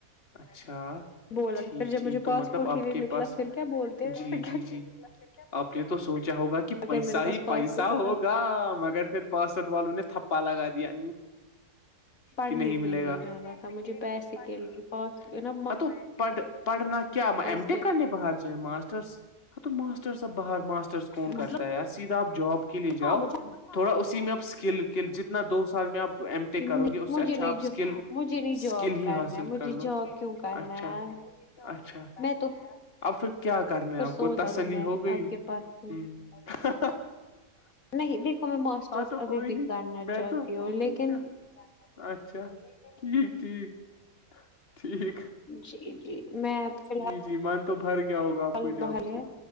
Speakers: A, on the left; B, on the left.
A: اچھا
B: بولا
A: ٹھیک
B: تھا پھر جب
A: ٹھیک
B: مجھے
A: تو
B: پاسپورٹ
A: مطلب آپ
B: ہی نہیں
A: کے
B: نکلا
A: پاس
B: پھر کیا بولتے ہیںھر
A: جی
B: ڈ
A: جی جی آپ نے تو سوچا ہوگا کہ
B: اگر
A: پیسا
B: میرے
A: ہی
B: پاس پاسپورٹ
A: پیسا
B: ہوتا
A: ہوگا مگر پھر پاسٹھ والوں نے تھپا لگا دیا
B: پڑھنے
A: کہ نہیں
B: کے
A: ملے
B: لیے
A: گاےھنے
B: جانا تھا مجھے
A: کے لیے
B: پیسے کے پاس نا
A: ہاں تو پھ پڑنناا کیا
B: ماسٹرس
A: ایم
B: کے
A: ے کرن بہار جائیں ماسٹرس ہ تو ماسٹرس اب بہر ماسٹرس
B: لیے،
A: کون کرتا
B: مطلب
A: ہے یار سیدھا آپ جاب کے لیے جاؤ
B: ہاں مجھے
A: تھوڑا اسی میں اب اسکلکل جتنا دو سال میں اب ایم
B: نہیں
A: ے کرو گے اس سے
B: مجھے
A: اچھا
B: نہیں
A: آپ اسکل
B: جو
A: اسکل
B: مجھے نہیں جاب
A: ہی
B: کرنا
A: حاصل
B: ہے مجھے
A: کر لو
B: جاب کیوں کرنا
A: اچھا
B: ہے
A: اچھا
B: میں تو
A: اب پھر کیا کرنا
B: پھر
A: ہے آپ
B: سوچ
A: کو تسلی
B: کروں میں
A: ہو گئی
B: آپ کے پاس میں
A: ہ
B: نہیں دیکھو میں ماسٹر
A: ہاں تو
B: ابھی
A: کوئی
B: بھی
A: نہیں
B: کرنا
A: نہیں میں
B: چاہتی
A: تو میکپ
B: ہوں
A: آپ کو
B: لیکن
A: اچھا کبھی اچھا ٹھیک ٹھیک ٹھیک
B: جی جی میں فی
A: جی جی من تو بھر گیا ہوگا
B: الحال
A: آپ کو جاب
B: بحال ہے
A: سے